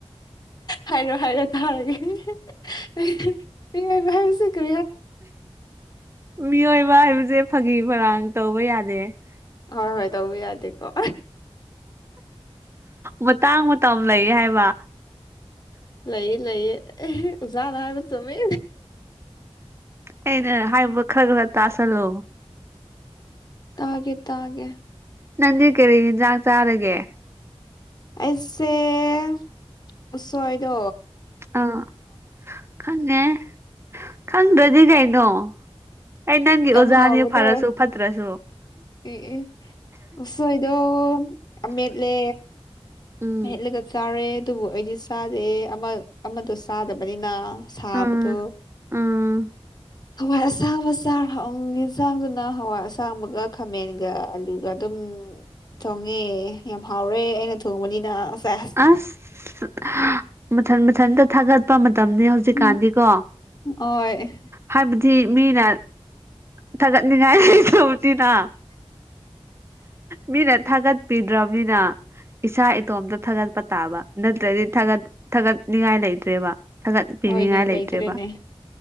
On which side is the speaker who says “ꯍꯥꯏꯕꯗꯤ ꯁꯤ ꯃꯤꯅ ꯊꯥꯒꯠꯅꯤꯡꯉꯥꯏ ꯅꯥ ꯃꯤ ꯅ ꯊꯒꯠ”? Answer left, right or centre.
Right